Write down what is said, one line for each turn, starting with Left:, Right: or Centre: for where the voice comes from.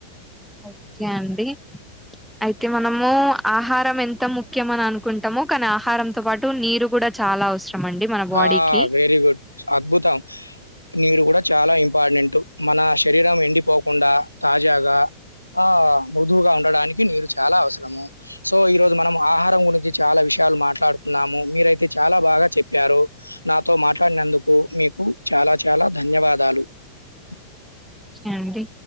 Centre: ఓకే అండి. అయితే మనము ఆహారం ఎంత ముఖ్యం అని అనుకుంటామో కానీ ఆహారంతో పాటు నీరు కూడా. చాలా అవసరం. అండి మన బాడీకి
Left: ఆహ్ వెరీ గుడ్ అద్భుతం నీరు కూడా చాలా ఇం. ఇంపార్టెంట్ మన శరీరం ఎండిపోకుండా తాజాగా. ఆహ్ మృదువుగా ఉండడానికి నీరు చాలా అవసరము సో ఈ రోజు మనం ఆహారం గురించి చాలా విషయం. విషయాలు మాట్లాడుకున్నాము మీరయితే చాలా బాగా చెప్పు. చెప్పారు నాతో మాట్లాడినందుకు మీకు చాలా చాలా ధన్యవాదాలు. ఆహ్.
Centre: ఆహ్ అండి.